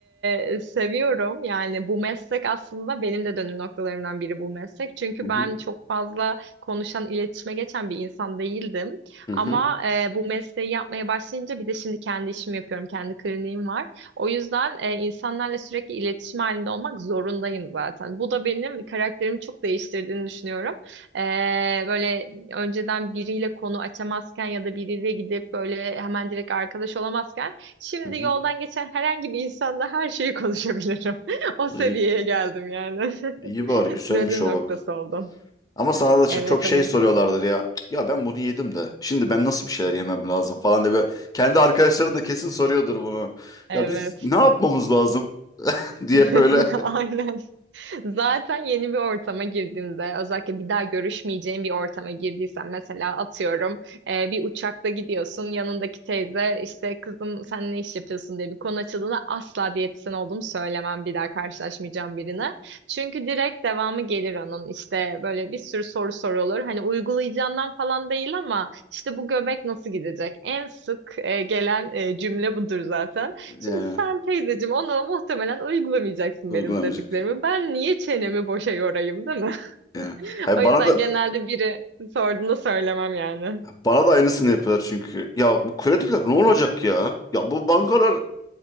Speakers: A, on the right (about 75°); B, on the left (about 20°).
A: e, seviyorum yani bu meslek aslında benim de dönüm noktalarımdan biri bu meslek. Çünkü
B: Hı hı.
A: ben çok fazla konuşan, iletişime geçen bir insan değildim.
B: Hı
A: Ama
B: hı.
A: e, bu mesleği yapmaya başlayınca bir de şimdi kendi işimi yapıyorum, kendi kliniğim var. O yüzden e, insanlarla sürekli iletişim halinde olmak zorundayım zaten. Bu da benim karakterimi çok değiştirdiğini düşünüyorum. E, böyle önceden biriyle konu açamazken ya da biriyle gidip böyle hemen direkt arkadaş olamazken Şimdi
B: Hı hı.
A: yoldan geçen herhangi bir insanla her şeyi konuşabilirim. <laughs> O seviyeye
B: İyi,
A: geldim yani.
B: iyi bari
A: <laughs>
B: güzelmiş
A: Dönüm
B: o
A: noktası
B: bak.
A: oldum.
B: Ama sana da ç-
A: Evet
B: çok şey
A: evet.
B: soruyorlardır ya. Ya ben bunu yedim de. Şimdi ben nasıl bir şeyler yemem lazım falan diye böyle. Kendi arkadaşların da kesin soruyordur bunu.
A: Evet.
B: Ya biz ne yapmamız lazım <laughs> diye
A: <laughs>
B: böyle
A: Aynen. Zaten yeni bir ortama girdiğimde, özellikle bir daha görüşmeyeceğim bir ortama girdiysem mesela atıyorum e, bir uçakta gidiyorsun yanındaki teyze işte kızım sen ne iş yapıyorsun diye bir konu açıldığında asla diyetisyen olduğumu söylemem bir daha karşılaşmayacağım birine. Çünkü direkt devamı gelir onun işte böyle bir sürü soru sorulur. Hani uygulayacağından falan değil ama işte bu göbek nasıl gidecek? En sık e, gelen e, cümle budur zaten. Şimdi
B: yani
A: sen teyzeciğim ona muhtemelen uygulamayacaksın
B: uygulamayacak.
A: benim dediklerimi. Ben niye çenemi boşa yorayım değil mi?
B: Yani.
A: <laughs>
B: Hayır,
A: O yüzden
B: bana da
A: genelde biri sorduğunda söylemem yani.
B: bana da aynısını yapıyorlar çünkü. Ya bu krediler ne olacak ya? Ya bu bankalar